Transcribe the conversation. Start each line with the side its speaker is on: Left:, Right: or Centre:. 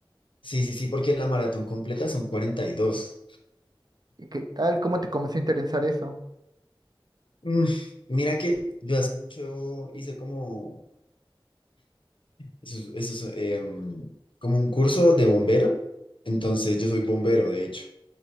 Left: Sí, sí, sí, porque la maratón completa son 42.
Right: ¿Y qué tal? ¿Cómo te comenzó a interesar eso?
Left: Mm, mira que yo hace mucho hice como, eso, es- eso es, em, como un curso de bombero. Entonces yo soy bombero, de hecho,